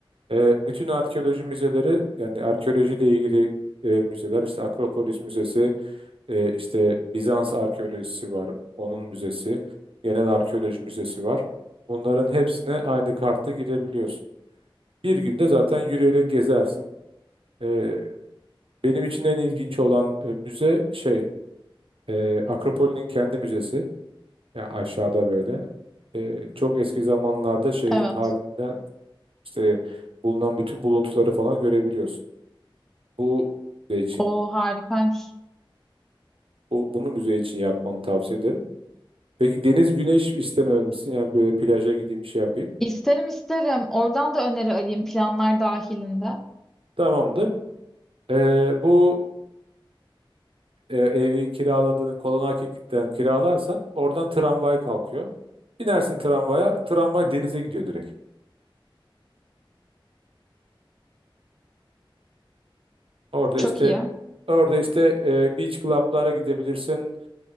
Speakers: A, on the right; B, in the centre.
A: E, bütün arkeoloji müzeleri yani arkeolojiyle ilgili e, müzeler işte Akropolis Müzesi e, işte Bizans arkeolojisi var onun müzesi genel arkeoloji müzesi var. Bunların hepsine aynı kartla girebiliyorsun. Bir günde zaten yürüyerek gezersin. E, benim için en ilginç olan e, müze şey e, Akropol'ün kendi müzesi yani aşağıda böyle. E, çok eski zamanlarda şehrin
B: Evet.
A: halinden işte bulunan bütün buluntuları falan görebiliyorsun. Bu müze için,
B: o harikaymış.
A: bu, bunu müze için yapmanı tavsiye ederim. Peki deniz, güneş istemez misin? Yani böyle plaja gideyim, bir şey yapayım.
B: İsterim isterim. Oradan da öneri alayım planlar dahilinde.
A: Tamamdır. Ee, bu e, evi kiraladığını Kolonaki'den kiralarsan oradan tramvay kalkıyor. Binersin tramvaya, tramvay denize gidiyor direkt. Orada
B: Çok
A: işte
B: iyi.
A: orada işte e, beach club'lara gidebilirsin.